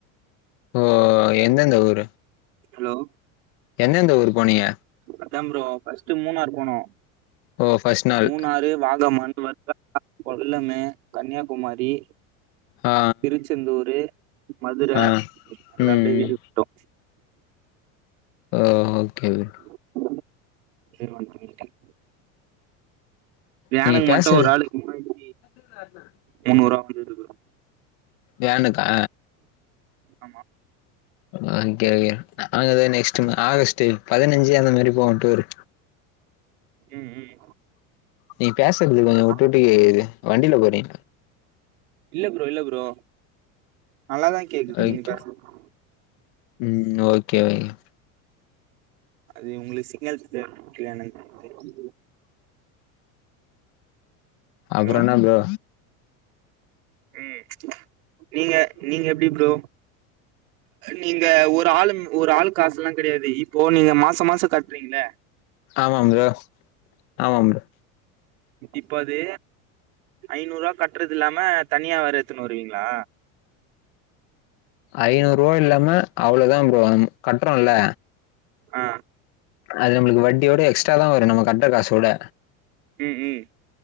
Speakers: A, on the left; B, on the right.
A: ஓ எந்தெந்த ஊரு
B: ஹலோ
A: எந்தெந்த ஊரு போனீங்க
B: அதான ப்ரோ ஃபர்ஸ்ட் மூணாரு போனோ
A: ஓ! ஃபர்ஸ்ட் நாள்.
B: மூணாறு வாகமான் வர் <inaudible> கொல்லம்மு கன்னியாகுமாரி
A: ஆ,
B: திருச்செந்தூரு மதுர
A: ஆ, ஆ.
B: நல்லப்படியா
A: ம்.
B: வீட்டுக்கு
A: ம்.
B: வன்டோ
A: ஒ ஓகே பிரதர்
B: <inaudible> வேனுக்கு
A: நீங்க
B: மட்டு
A: பேசுறது
B: ஒரு ஆளுக்கு மூவாயிரத்தி
A: <unintelligible>
B: முன்னூர்வா வந்துது ப்ரோ
A: வேனுக்கா
B: ஆமா
A: ஒகே ஒகே நாங்கதா நெக்ஸ்ட்டு ஆகஸ்ட் பதினஞ்சு அந்த மாரி போவோ டூரு
B: ம் ம்
A: நீ பேசறது கொஞ்சோ வுட்டுவுட்டு
B: ஆமா
A: கேக்குது வண்டில போறீங்
B: இல்ல ப்ரோ இல்ல ப்ரோ நல்லாதா கேக்குது
A: ஓகே
B: நீங்க பேசறது
A: ம் ஓகே ஓகே
B: அது உங்களுக்கு சிக்னல் சரியா கெடைகலயான்னு தெரி
A: அப்றோ
B: ஹலோ
A: என்னா ப்ரோ
B: ம் இல்ல நீங்க எப்டி ப்ரோ நீங்க ஒரு ஆளு ஒரு ஆள் காசுலா கெடையாது இப்போ நீங்க மாசோ மாச கட்றீங்ள
A: ஆமா ப்ரோ ஆமா ப்ரோ
B: இப்ப அது ஐநூர்வா கட்றதுயில்லாம தனியா வேற எத்துன்னு வருவீங்ளா
A: ஐநூற்வா இல்லாம அவ்ளோதா ப்ரோ கட்றோல்ல
B: ஆ
A: அது நம்ளுக்கு வட்டியோட எக்ஸ்ட்ரா தா வரு நம்ப கட்ற காச உட
B: ம் ம்